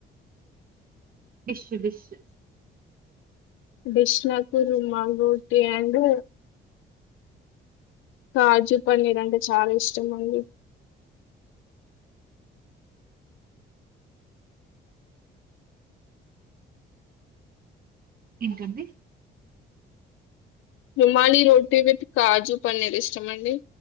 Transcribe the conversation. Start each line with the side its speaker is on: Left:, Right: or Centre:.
Right: డిష్ డిష్
Left: డిష్ ఆ మాంగూటి అండ్ కాజు పన్నీర్ అంటే చాలా ఇష్టం అండి
Right: ఏంటండి
Left: రుమాలి రోటీ విత్ కాజు పన్నీర్ ఇష్టమండి